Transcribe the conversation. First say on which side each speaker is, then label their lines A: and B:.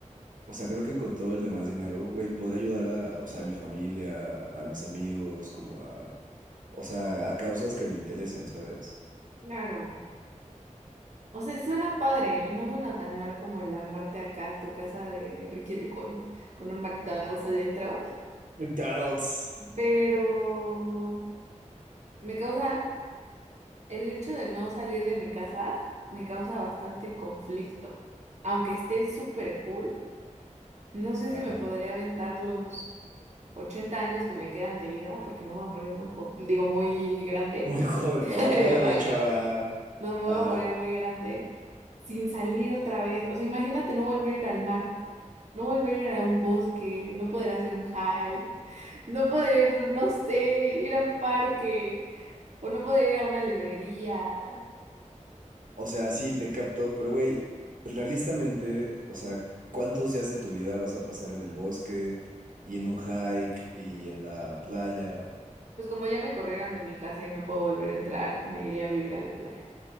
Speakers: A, on the right; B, on the right.
A: o sea, creo que con todo el demás dinero, güey, podría ayudar a, o sea, a mi familia, a mis amigos, como a, o sea, a causas que me interesen, ¿sabes?
B: Claro. O sea, suena padre y no suena tan mal como el armarte acá tu casa de Ricky Ricón con un McDonald's adentro,
A: McDonald's.
B: pero me causa El hecho de no salir de mi casa me causa bastante conflicto. Aunque esté súper cool, no sé
A: Ajá.
B: si me podría aventar los 80 años que me quedan de vida, porque me voy a morir muy jo- digo, muy grande.
A: <laughs> Muy joven.
B: <laughs>
A: Órale,
B: Digo, Ay,
A: chava.
B: no, no me voy
A: Ajá.
B: a morir muy grande sin salir otra vez. O sea, imagínate no volver a ir al mar, no volver a ir a un bosque, no poder hacer un hike, no poder, no sé, ir a un parque o no poder ir a una librería.
A: O sea, sí, te capto, pero güey, realistamente, o sea, ¿cuántos días de tu vida vas a pasar en el bosque y en un hike y en la playa?
B: Pues como ya me corrieron de mi casa y no puedo volver a entrar, me iré a vivir a la playa,